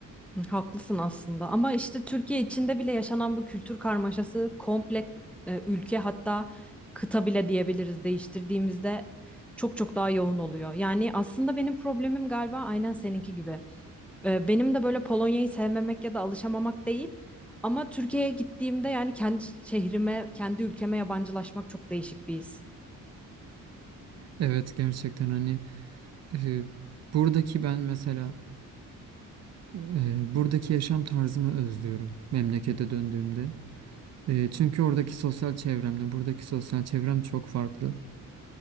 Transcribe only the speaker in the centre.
Hı, Haklısın aslında ama işte Türkiye içinde bile yaşanan bu kültür karmaşası komple e, ülke hatta kıta bile diyebiliriz değiştirdiğimizde çok çok daha yoğun oluyor. Yani aslında benim problemim galiba aynen seninki gibi. E, Benim de böyle Polonya'yı sevmemek ya da alışamamak değil. Ama Türkiye'ye gittiğimde yani kendi şehrime, kendi ülkeme yabancılaşmak çok değişik bir his.